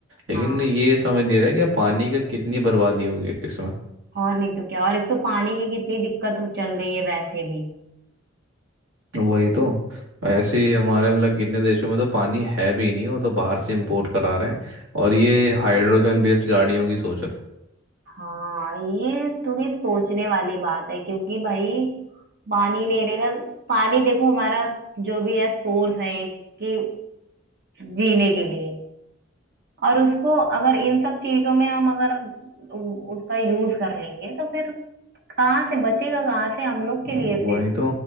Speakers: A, on the right; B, on the right.
A: लेकिन
B: हाँ
A: ये समझ नहीं रहा कि पानी का कितनी बर्बादी होगी इसमें
B: और नहीं तो क्या और एक तो पानी की कितनी दिक्कत हो चल रही है वैसे भी
A: वही तो ऐसे ही हमारे मतलब कितने देशों में तो पानी है भी नहीं वो तो बाहर से इंपोर्ट करा रहे हैं और ये हाइड्रोजन बेस्ड गाड़ियों की सोच रहे
B: हाँ ये थोड़ी सोचने वाली बात है क्योंकि भाई पानी नहीं रहेगा पानी देखो हमारा जो भी है सोर्स है एक कि जीने के लिए और उसको अगर इन सब चीजों में हम अगर उ- उसका यूज कर लेंगे तो फिर कहाँ से बचेगा कहाँ से हम लोग के
A: हैं
B: लिए
A: वही
B: फिर
A: तो